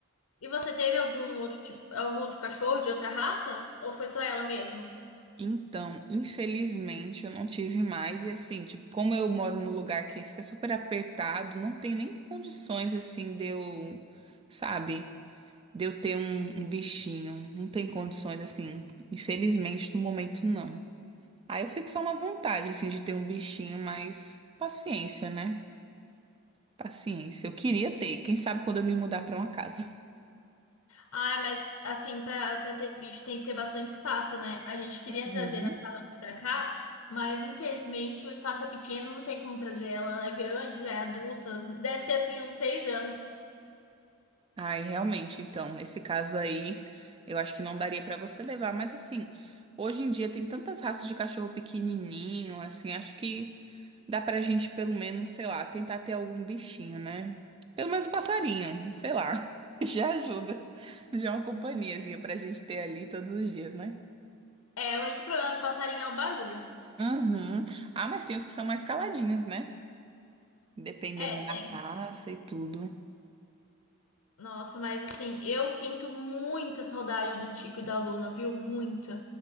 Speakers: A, on the left; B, on the right.
A: E você teve algum outro tipo, algum outro cachorro de outra raça? Ou foi só ela mesmo?
B: Então, infelizmente, eu não tive mais. E assim, tipo, como eu moro num lugar que fica super apertado, não tem nem condições, assim, de eu, sabe, de eu ter um, um bichinho. Não tem condições, assim, infelizmente, no momento, não. Aí eu fico só na vontade, assim, de ter um bichinho, mas paciência, né? Paciência. Eu queria ter, quem sabe quando eu me mudar pra uma casa.
A: Ah, mas assim, pra, pra ter bicho tem que ter bastante espaço, né? A gente queria
B: Uhum.
A: trazer nossa raça pra cá, mas infelizmente o espaço é pequeno, não tem como trazer ela. Ela é grande, já é adulta. Deve ter assim uns seis anos.
B: Ai, realmente, então, nesse caso aí, eu acho que não daria pra você levar, mas assim, hoje em dia tem tantas raças de cachorro pequenininho, assim, acho que dá pra gente pelo menos, sei lá, tentar ter algum bichinho, né? Pelo menos um passarinho, sei lá. <laughs> Já ajuda. Já é uma companhiazinha pra gente ter ali todos os dias, né?
A: É, o único problema do passarinho é o barulho.
B: Uhum. Ah, mas tem os que são mais caladinhos, né? Dependendo
A: É, tem.
B: da raça e tudo.
A: Nossa, mas assim, eu sinto muita saudade do Tico e da Luna, viu? Muita.